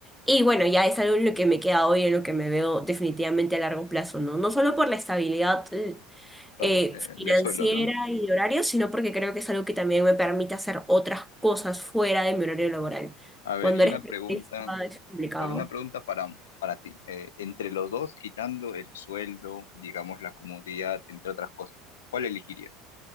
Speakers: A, in the centre; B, on the left.
A: y bueno, ya es algo en lo que me queda hoy, en lo que me veo definitivamente a largo plazo, ¿no? No solo por la estabilidad eh,
B: está
A: eh,
B: bu- eh,
A: financiera
B: de suelo, ¿no?
A: y de horario, sino porque creo que es algo que también me permite hacer otras cosas fuera de mi horario laboral.
B: A ver,
A: Cuando
B: y
A: eres
B: una
A: periodista
B: pregunta,
A: es complicado.
B: a ver, una pregunta para, para ti. Eh, entre los dos, quitando el sueldo, digamos, la comodidad, entre otras cosas, ¿cuál elegirías?